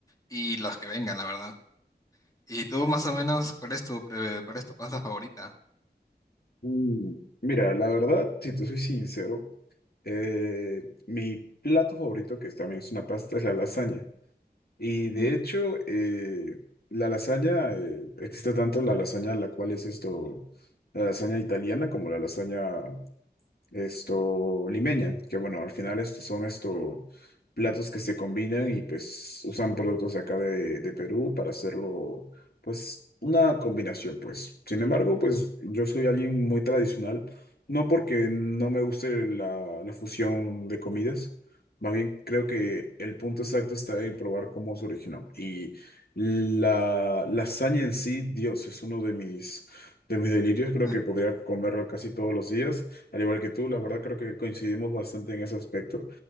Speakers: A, on the left; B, on the left.
A: y los que vengan, la verdad. Y tú más o menos, ¿cuál es tu, pre- cuál es tu pasta favorita?
B: Mm, Mira, la verdad, si te soy sincero, eh, mi plato favorito, que también es una pasta, es la lasaña. Y de
A: Ujú.
B: hecho, eh, la lasaña, eh, existe tanto la lasaña, la cual es esto, la lasaña italiana, como la lasaña esto, limeña, que bueno, al final estos son estos platos que se combinan y pues usan productos de acá de, de Perú para hacerlo, pues una combinación, pues. Sin embargo, pues yo soy alguien muy tradicional, no porque no me guste la, la fusión de comidas, más bien creo que el punto exacto está en probar cómo se originó. Y la lasaña en sí, Dios, es uno de mis... De mis delirios, creo
A: <laughs>
B: que podría comerlo casi todos los días. Al igual que tú, la verdad creo que coincidimos bastante en ese aspecto.